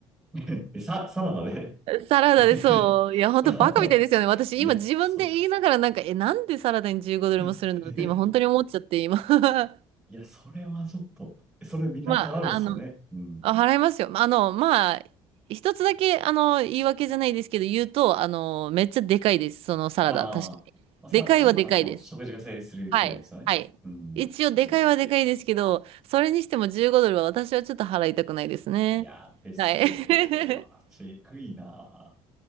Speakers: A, in the centre; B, on the right (about 70°).
A: <laughs> え、さ、サラダで
B: サラダでそう。
A: <laughs>
B: いや、本当バカみたいですよね。
A: さ
B: 私、
A: いや、
B: 今自分で言いながら、
A: そ、う
B: なんか、え、なんでサラダに15ドルもするんだろうって、
A: <laughs>
B: 今、本当に思っちゃって、今。<laughs>
A: いや、それはちょっと、それみんな払うんですよね。
B: まあ、あの、
A: うん。
B: あ払いますよ。あの、まあ、一つだけ、あの、言い訳じゃないですけど、言うと、あの、めっちゃでかいです。そのサラダ、
A: ああ、
B: 確かに。
A: まあ、サラダだけちゃんと食事が成立するぐらいですよね。
B: でかいはでかいです。はい。はい。
A: うん。
B: 一応、でかいはでかいですけど、
A: いや、
B: それにしても15ドルは私はちょっと払いたくないですね。
A: いやですね。
B: はい。
A: うわ、
B: <laughs>
A: ちえくいな。